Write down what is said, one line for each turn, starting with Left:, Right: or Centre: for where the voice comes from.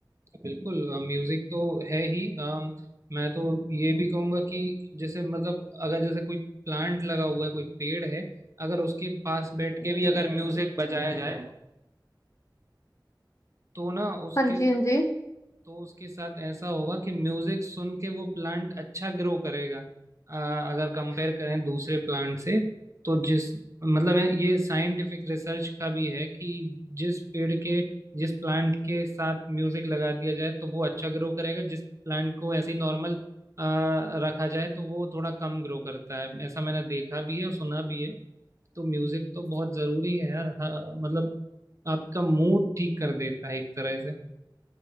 Right: बिल्कुल म्यूजिक तो है ही अम, मैं तो ये भी कहूंगा कि जैसे मतलब अगर जैसे कोई प्लांट लगा हुआ है कोई पेड़ है अगर उसके पास बैठ के भी अगर म्यूजिक बजाया जाए तो ना उसके
Left: हाँ जी
Right: साथ
Left: हाँ जी
Right: तो उसके साथ ऐसा होगा कि म्यूजिक सुन के वो प्लांट अच्छा ग्रो करेगा अ, अगर कंपेयर करें दूसरे प्लांट से तो जिस मतलब है ये साइंटिफिक रिसर्च का भी है कि जिस पेड़ के जिस प्लांट के साथ म्यूजिक लगा दिया जाए तो वो अच्छा ग्रो करेगा जिस प्लांट को ऐसे ही नॉर्मल रखा जाए तो वो थोड़ा कम ग्रो करता है ऐसा मैंने देखा भी है और सुना भी है तो म्यूजिक तो बहुत जरूरी है यार हाँ, मतलब आपका मूड ठीक कर देता है एक तरह से